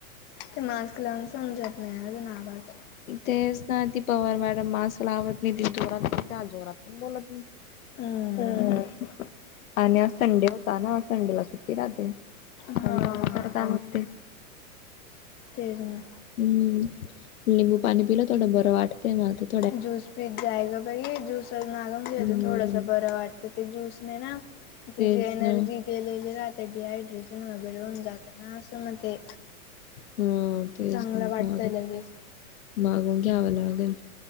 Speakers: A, on the left; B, on the left.
A: ते मास्क लावून समजत नाही अजून आवाज
B: तेच ना ती पवार मॅडम मास्क लावत नाही ते जोरात जोरात पण बोलत नाही
A: हम्म
B: अ आणि आज संडे होता ना संडेला सुट्टी राहते. <unintelligible>
A: हा
B: परत आवरते
A: तेच ना,
B: हम्म लिंबू पाणी पिलं थोडं बरं वाटतंय मला तर
A: ज्यूस पीत जाय गं बाई ज्यूस मागून घेतो
B: हम्म.
A: थोडस बरं वाटतं ते ज्यूसने ना, त्याची
B: तेच
A: एनर्जी
B: ना.
A: गेलेली राहते डिहायड्रेशन वगैरे होऊन जात ना असं मग ते
B: हंम हा तेच
A: चांगलं वाटतंय
B: मागव
A: लगेच
B: मागवून घ्यावं लागेल.